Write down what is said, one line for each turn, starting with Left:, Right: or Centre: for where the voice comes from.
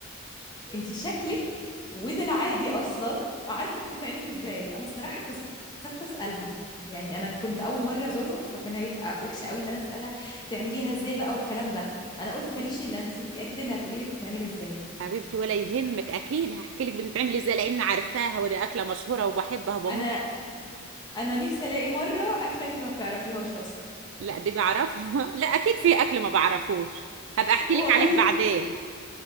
Left: انت شكلك وده العادي اصلا عارفه بتتعمل ازاي انا الصراحه اتكسفت اسالها يعني انا كنت اول مره ازورهم فكان هيبقى وحشه قوي ان انا اسالها بتعمليها ازاي بقى والكلام ده انا قلت ماليش الا انت انت اكيد اللي هتقولي لي بتتعمل ازاي
Right: حبيبتي ولا يهمك اكيد هحكي لك بتتعمل ازاي لان عارفاها وده اكله مشهوره وبحبها وبموت
Left: انا انا نفسي الاقي مره اكله انت ما بتعرفيهاش اصلا
Right: لا دي بعرفها <laughs> لا اكيد في اكل ما بعرفوش هبقى
Left: <laughs>
Right: احكي
Left: والله
Right: لك عليه بعدين